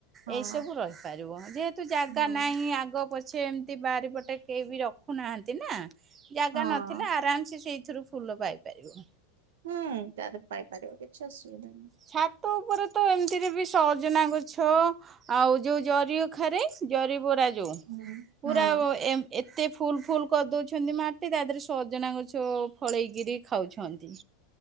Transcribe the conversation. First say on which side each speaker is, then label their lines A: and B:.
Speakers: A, on the right; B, on the right.
A: ହଁ
B: ଏଇ ସବୁ ରହିପାରିବ ଯେହେତୁ ଜାଗା
A: ହଁ
B: ନାହିଁ ଆଗ ପ ଛେ ଏମ୍ତି ବାରି ପଟେ କେଇବି ରଖୁ ନାହାନ୍ତି ନା। ଜାଗା
A: ହଁ
B: ନଥିଲା ଆରାମ୍ସେ ସେଇଥୁରୁ ଫୁଲ ପାଇପାରିବ।
A: ହୁଁ ତା ଦେରେ ପାଇ ପାରିବ କିଛି ଅସୁବିଧା ନାହିଁ।
B: ଛାତ ଉପରେ ତ ଏମିତିରେ ବି ସଜନା ଗଛ। ଆଉ ଯୋଉ ଜରି ଅଖାରେ ଜରି ବରା ଯୋଉ
A: ହୁଁ
B: ପୁରା
A: ହଁ।
B: ଏ ଏତେ ଫୁଲ୍ ଫୁଲ୍ କରିଦଉଛନ୍ତି ମାଟି ତା ଦେହରେ ସଜନା ଗଛ ଫଳେଇକିରି ଖାଉଛନ୍ତି।